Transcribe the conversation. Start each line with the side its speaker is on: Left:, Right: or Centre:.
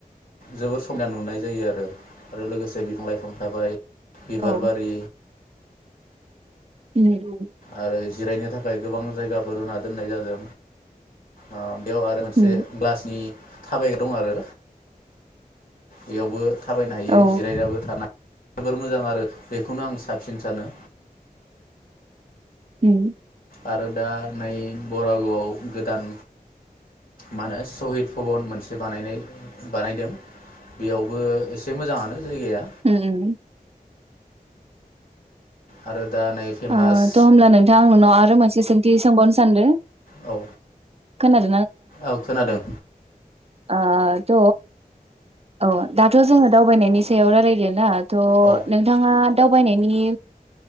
Left: जोबोर समना नुनाय जायो आरो आरो लोगोसे बिफां लाइफां थाबाय बिबार
Right: औ
Left: बारि
Right: उम उम।
Left: आरो जिरायनो थाखाय गोबां जायगाफोर होना दोननाय जादों ओ बेयाव आरो मोनसे
Right: उम
Left: ग्लासनि थाबायग्रा दं आरो बेयावबो थाबायनो हायो
Right: औ
Left: जिरायनाबो थानो जोबोर मोजां आरो बेखौनो आं साबसिन सानो।
Right: उम।
Left: आरो दा नै बरागावआव गोदान मा होनो सहिद भबन मोनसे बानायनाय बानायदों बेयावबो एसे मोजाङानो जायगाया
Right: उम।
Left: आरो दा नै फेमास
Right: ओ थ होमब्ला नोंथां आं नोंनाव आरो रो मोनसे सोंथि सोंबावनो सानदों
Left: औ।
Right: खोनाद
Left: औ खोनादों।
Right: ओ थ' औ दाथ जोङो दावबायनायनि सायाव रायलायदो ना थ'
Left: औ
Right: नोंथाङा दावबायनायनि